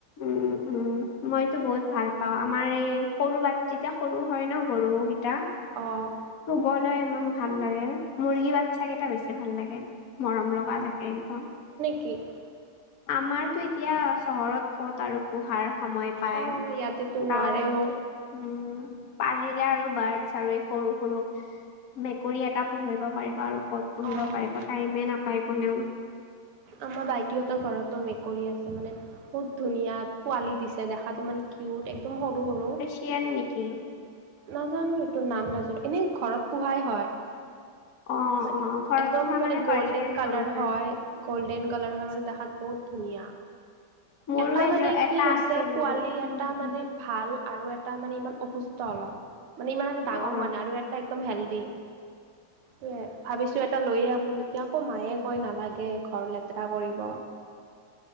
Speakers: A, on the left; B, on the right.
A: উম, উম, মইতো বহুত ভাল পাওঁ আমাৰ এই সৰু বাট যেতিয়া সৰু হয় ন। গৰুকেইটা।
B: অ'।
A: চুবলৈ ইমান ভাল লাগে মুৰ্গী বাচ্ছা কেইটা বেছি ভাল লাগে। মৰম লগা থাকে একদম।
B: কি?
A: আমাৰতো এতিয়া চহৰত ক'ত আৰু পোহাৰ সময় পায়
B: অ', ইয়াতেতো নোৱাৰেও
A: গাঁৱত উম, পাৰিলে আৰু বাৰডছ আৰু এই সৰু সৰু মেকুৰী এটা পুহিব পাৰিব আৰু ক'ত পুহিব
B: অ'।
A: পাৰিব টাইমে নাপায় কোনেও।
B: আমাৰ ভাইটিহঁতৰ ঘৰতো মেকুৰী আছে মানে বহুত ধুনীয়া পোৱালি দিছে দেখাত ইমান কিউট একদম সৰু সৰু।
A: চিয়ান নেকি?
B: নাজানোঁ এইটো নাম নাজানোঁ এনেই ঘৰত পোহাই হয়।
A: অ
B: মানে
A: অ ঘৰত
B: একদম
A: পোহা
B: মানে
A: পাৰ্চিয়ানে
B: গ'ল্ডেন কালাৰ
A: হ'ব চাগে।
B: হয়। গ'ল্ডেন কালাৰ হয় মানে দেখাত বহুত ধুনীয়া।
A: মোৰো
B: এটা
A: এজ
B: মানে
A: এটা
B: কি হৈছে
A: আছিল
B: পোৱালি
A: উম
B: এটা মানে
A: উম
B: ভাল আৰু এটা মানে ইমান অসুস্থ অলপ মানে ইমান এটা ডাঙৰ
A: অ
B: হোৱা নাই আৰু এটা একদম হেল্ডি এ ভাবিছোঁ এটা লৈ আহোঁ নেকি আকৌ মায়ে কয় নালাগে ঘৰ লেতেৰা কৰিব।